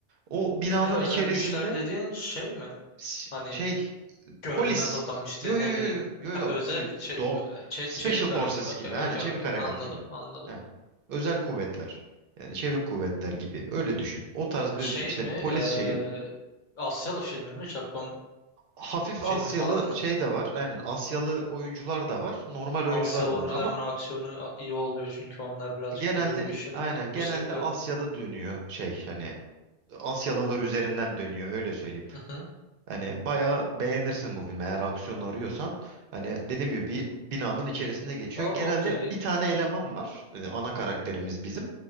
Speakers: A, on the right; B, on the left.
A: O binanın
B: <clears throat> Özel
A: içerisinde
B: güçler dediğin şey mi?
A: s-
B: Hani
A: şey
B: görünmez
A: polis.
B: adam işte
A: Yo yo
B: ne
A: yo
B: bileyim.
A: yo yo yo
B: Ha, özel
A: şey
B: çe-
A: do
B: çe-
A: Special
B: çevik
A: Forces
B: hareket. Okey
A: gibi hani
B: okey
A: çevik
B: okey.
A: harekat
B: Anladım
A: gibi.
B: anladım.
A: Ha. Özel kuvvetler. Yani çevik kuvvetler gibi öyle düşün. O tarz bir
B: Şey
A: işte
B: mi? Ee,
A: polis şeyi
B: Asyalı filmi mi? Japon
A: hafif
B: filmi
A: Asyalı
B: falan mı?
A: şey de var. Aynen Asyalı oyuncular da var. Normal oyuncular
B: Asyalı
A: da
B: oyuncuların
A: var. Ama
B: o aksiyonu a- iyi oluyor çünkü onlar birazcık
A: genelde
B: biliyor bu işi.
A: aynen genelde
B: Bu sektörü.
A: Asya'da dönüyor şey hani Asyalılar üzerinden dönüyor öyle söyleyeyim.
B: Hı hı.
A: Hani bayağı beğenirsin bu filmi eğer aksiyon arıyorsan. Hani dediğim gibi bir binanın içerisinde geçiyor.
B: O-
A: Genelde
B: Okey.
A: bir tane eleman var. e, ana karakterimiz bizim.